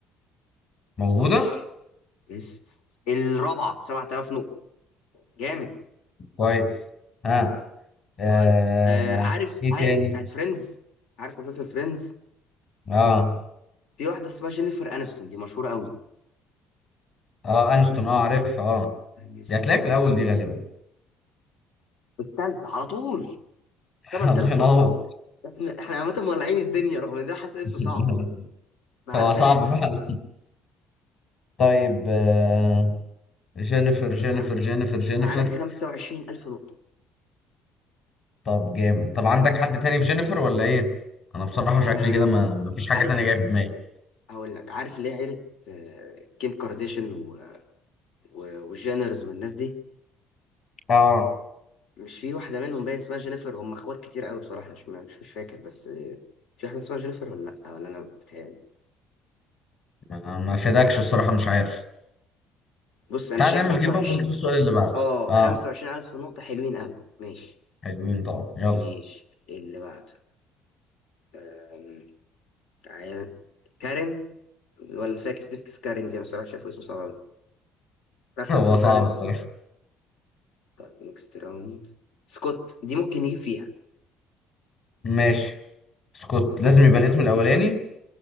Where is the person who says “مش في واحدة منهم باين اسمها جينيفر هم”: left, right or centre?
Left